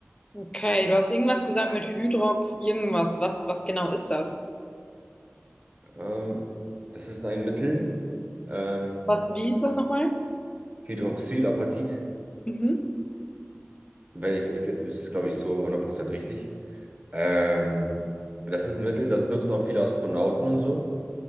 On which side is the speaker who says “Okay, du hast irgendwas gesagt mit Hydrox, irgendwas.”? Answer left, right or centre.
Left